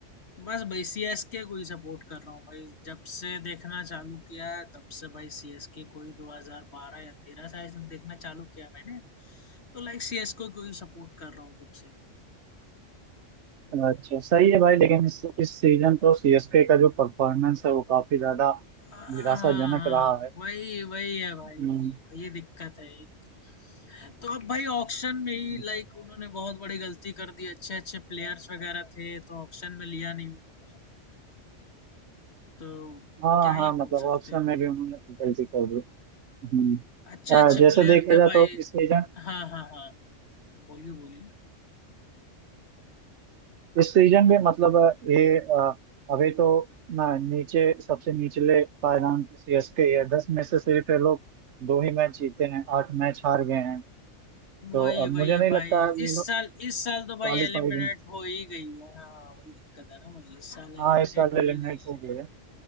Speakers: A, on the left (about 60°); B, on the right (about 70°).
A: बस भाई सी एस के को ही सपोर्ट कर रहा हूँ भाई जब से देखना चालू किया है तब से भाई सी एस के को ही 2012 या 13 से I think देखना चालू किया मैंने तो लाइक सी एस के को ही सपोर्ट कर रहा हूँ तब से
B: अच्छा सही है भाई लेकिन इस इस सीजन तो सीएसके का जो परफॉर्मेंस है वो काफी ज्यादा
A: हाँ हाँ,
B: निराशाजनक
A: हाँ,
B: रहा है
A: वही वही है भाई
B: हम्म,
A: वही वही दिक्कत है एक तो अब भाई ऑक्शन में ही
B: हम्म।
A: लाइक उन्होंने बहुत बड़ी गलती कर दी अच्छे अच्छे प्लेयर्स वगैरह थे तो ऑक्शन में लिया नहीं उन्होंने तो
B: हाँ
A: क्या ही
B: हाँ मतलब
A: बोल सकते
B: ऑप्शन
A: हैं अब
B: में भी उन्होंने गलती कर दी हम्म।
A: अच्छे अच्छे
B: अ, जैसे
A: प्लेयर
B: देखा
A: थे
B: जाए
A: भाई
B: तो इस सीजन
A: हाँ हाँ हाँ बोलिए बोलिए
B: इस सीजन में मतलब ये अ, अभी तो ना नीचे सबसे निचले पायदान सीएसके है दस में से सिर्फ ये लोग दो ही मैच जीते हैं आठ मैच हार गए हैं तो
A: वही
B: अब
A: वही
B: मुझे
A: है
B: नहीं
A: भाई
B: लगता ये
A: इस
B: लोग
A: साल इस साल
B: क्वालिफाई
A: तो भाई एलिमिनेट
B: हुए
A: हो ही गई है हाँ वही दिक्कत है ना भाई इस साल
B: हाँ
A: एलिमिनेट
B: इस साल
A: हो
B: एलिमिनेट
A: ही गई है
B: हो गए हैं